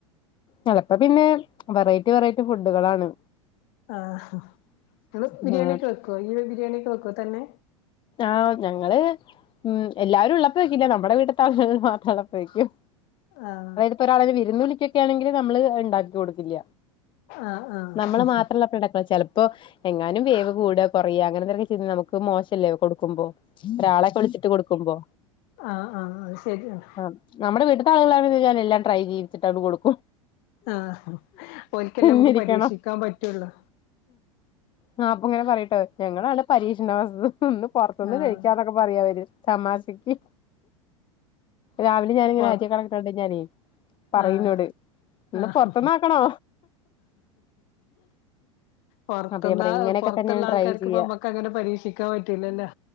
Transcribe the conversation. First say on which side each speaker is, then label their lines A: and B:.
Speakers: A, on the left; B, on the left.
A: ചെലപ്പോ പിന്നെ വെറൈറ്റി വെറൈറ്റി ഫുഡുകളാണ്
B: ആഹ് ങ്ങള് ബിരിയാണിയൊക്കെ
A: ഉം
B: വെക്കൊ ഇയ്യ് ബിരിയാണിയൊക്കെ വെക്കോ തന്നെ
A: ആഹ് ഞങ്ങള് ഉം എല്ലാരും ഉള്ളപ്പോ വെക്കില്ല നമ്മടെ വീട്ട്ത്തെ ആൾക്കാര് മാത്രം ള്ളപ്പോ വെയ്ക്കും
B: ആഹ്
A: പ്പൊരാളെ വിരുന്ന് വിളിക്കൊക്കാണെങ്കില് നമ്മള് ണ്ടാക്കി കൊടുക്കില്ല
B: ആഹ് ആഹ്
A: നമ്മള് മാത്രള്ളപ്പോണ്ടാക്കൊള്ളു ചെല പ്പം എങ്ങാനും വേവ് കൂടേ കൊറയേ അങ്ങനെന്തേലൊക്കെ ചെയ്ത നമുക്ക് മോശല്ലേ കൊടുക്കുമ്പോ ഒരാളെക്കെ വിളിച്ചിട്ട് കൊടുക്കുമ്പോ
B: ആഹ് ആഹ് അത് ശെരിയാണ്
A: ആഹ് നമ്മടെ വീട്ട്ത്തെ ആളുകളാണേല് ഞാൻ എല്ലാം ട്രൈ ചെയ്യിച്ചിട്ടങ് കൊടുക്കും
B: ആഹ് ഓൽക്കല്ലേ
A: തിന്നിരിക്കണം
B: മ്മക്ക് പരീക്ഷിക്കാൻ പറ്റൊള്ളു
A: ആഹ് അപ്പൊ ഇങ്ങനെ പറയൂട്ടോ ഞങ്ങളാണ് പരീക്ഷണവസ്തു ഇന്ന് പൊർത്ത്ന്ന്
B: ആഹ്
A: കഴിയ്ക്കാന്നൊക്കെ പറയും അവര് തമാശയ്ക്ക് രാവിലെ ഞാനിങ്ങനെ
B: പൊർ
A: അരിയൊക്കെ അളക്ക്ണണ്ടയ്ഞാലെ പറയുന്നോട്
B: ആഹ് ആഹ്
A: പുറത്തുന്ന് ആക്കണോ
B: പൊർത്ത്ന്ന
A: അപ്പൊ ഞാൻ പറയും ഇങ്ങനെയൊക്കെ
B: പൊർത്ത്ള്ള
A: തന്നെയാണ്
B: ആൾക്കാർക്കിപ്പോ
A: ട്രൈ ചെയ്യ
B: മ്മക്കങ്ങനെ പരീക്ഷിക്കാൻ പറ്റൂലല്ലോ